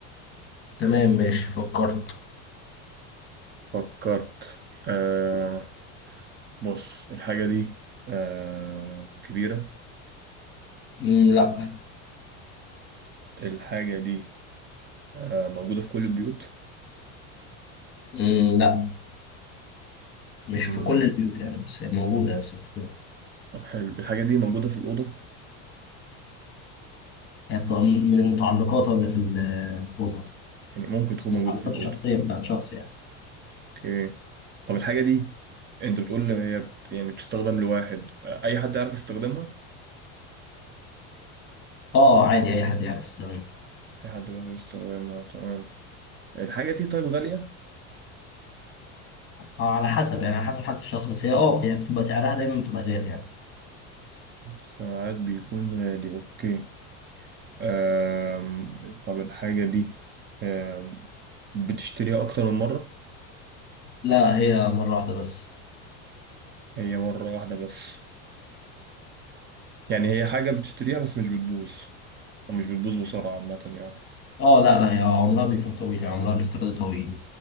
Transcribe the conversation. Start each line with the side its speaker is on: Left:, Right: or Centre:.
Left: تمام ماشي فكرت
Right: فكرت آه بص الحاجة دي آه كبيرة
Left: مم، لا
Right: الحاجة دي آه موجودة في كل البيوت
Left: مم، لا مش
Right: مم،
Left: في كل البيوت يعني بس هي موجودة بس مش في كل
Right: طب حلو الحاجة دي موجودة في الأوضة
Left: يعني بتبقى من من المتعلقات اللي في الأوضة
Right: يعني ممكن تكون
Left: بس المتعلقات
Right: موجودة في الأوضة
Left: الشخصية بتاعت شخص يعني
Right: اوكي طب الحاجة دي انت بتقول ان هي بت... يعني بتستخدم لواحد آه، اي حد يعرف يستخدمها
Left: اه عادي أي حد يعرف الصينية
Right: اي حد بيعرف يستخدمها تمام الحاجة دي طيب غالية
Left: اه على حسب يعني على حسب حالة الشخص بس هي اه يعني بتبقى سعرها دايما بتبقى غالي يعني
Right: ساعات بيكون غالي اوكي أم... طب الحاجة دي أم... بتشتريها اكتر من مرة
Left: لا هي مرة واحدة بس
Right: هي مرة واحدة بس يعني هي حاجة بتشتريها بس مش بتبوظ ومش بتبوظ بسرعة عامة يعني
Left: اه لا لا هي عمرها بيكون طويل يعني عمرها الاستفادة طويل